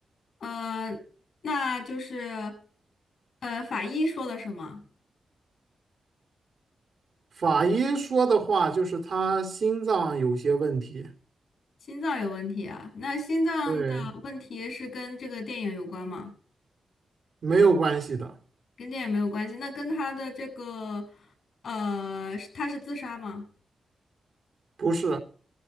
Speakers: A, on the left; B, on the right.
A: 呃，那就是呃法医说了什么？
B: 法医说的话就是他心脏有些问题，
A: 心脏有问题啊？那心脏的问题是跟这个电影有关吗？
B: 对，没有关系的，
A: 跟电影没有关系，那跟他的这个呃，是他是自杀吗？
B: 不是，